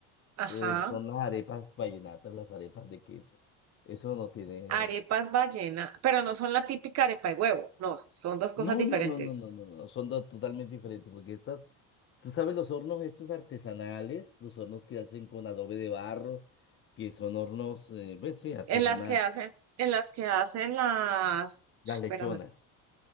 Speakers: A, on the right (about 40°); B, on the left (about 30°).
A: ajá,
B: eh, son las arepas vallenatas, las arepas de queso. Eso no tiene.
A: Arepas ballena, pero no son la típica arepa de huevo, no, son dos cosas
B: No,
A: diferentes.
B: no, no, no, no, no, no. Son dos totalmente diferentes porque estas, tú sabes, los hornos estos artesanales, los hornos que hacen con adobe de barro, que son hornos, eh, pues sí, artesanal.
A: En las que hacen, en las que hacen las,
B: Las
A: espérame,
B: lechonas.